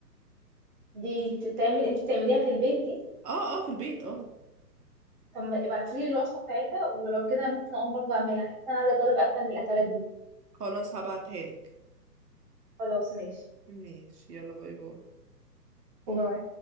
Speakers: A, on the right; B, on the right.
A: دي تتعمل انت بتعمليها في البيت دي
B: اه اه في البيت اه
A: طب ابعتي لي الوصفه بتاعتها ولو كده ممكن اقوم برضه اعملها حاسه انا عايزه اجرب اكله من الاكلات دي
B: خلاص هبعتها لك
A: خلاص ماشي
B: ماشي يلا باي باي
A: باي